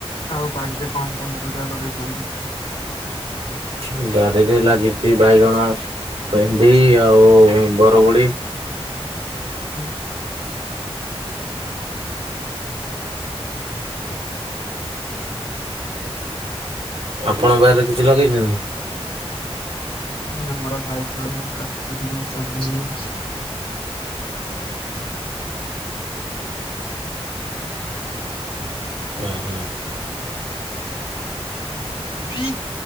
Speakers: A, on the left; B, on the right.
A: ଆଉ ବାଡିରେ କଣ ପନିପରିବା ଲଗେଇଛନ୍ତି?
B: ହୁଁ, ବାରିରେ ଲାଗିଛି ବାଇଗଣ, ଭେଣ୍ଡି ଆଉ ବରବୁଡି।
A: ହୁଁ।
B: <inaudible> ଆପଣ ବାରିରେ କିଛି ଲଗେଇଛନ୍ତି ନା?
A: ହୁଁ, ଆମର ବାଇଗଣ, କାକୁଡି <unintelligible>
B: ଓ ହଁ।
A: <inaudible>